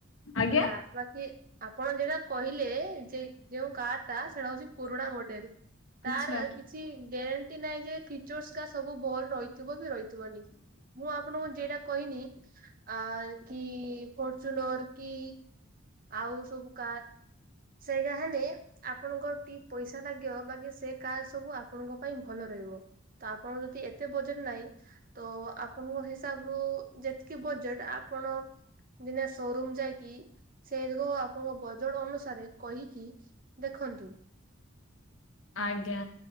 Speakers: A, on the left; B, on the right.
A: ଆଜ୍ଞା।
B: ହେଲା ବାକି ଆପଣ ଯେଟା କହିଲେ ଯେ ଯୋଉ କାର ଟା ସେଇଟା ହଉଛି ପୁରୁଣା ମଡେଲ୍ ତାର
A: ଆଚ୍ଛା।
B: କିଛି ଗ୍ୟାରେଣ୍ଟି ନାହିଁ ଯେ ଫିକ୍ଚର କାସ୍ ସବୁ ଭଲ ରହିଥିବ ବି ରହିଥିବନି ମୁଁ ଆପଣଙ୍କୁ ଯେଟା କହିନି ଆ କି ଫର୍ଚୁନର କି ଆଉ ସବୁ କାର ସେଇରା ହେନେ ଆପଣଙ୍କର ଟିକେ ପଇସା ଲାଗିବ ବାକି ସେ କାର୍ ସବୁ ଆପଣଙ୍କ ପାଇଁ ଭଲ ରହିବ। ତ ଆପଣଙ୍କ ଯଦି ଏତେ ବଜେଟ୍ ନାହିଁ ତ ଆ ଆପଣଙ୍କ ହିସାବ ରୁ ଯେତିକି ବଜେଟ୍ ଆପଣ ଦିନେ ସୋରୁମ୍ ଯାଇକି ସେଇକ ଯୋଗୁ ଆପଣଙ୍କ ବଜେଟ୍ ଅନୁସାରେ କହିକି ଦେଖନ୍ତୁ।
A: ଆଜ୍ଞା।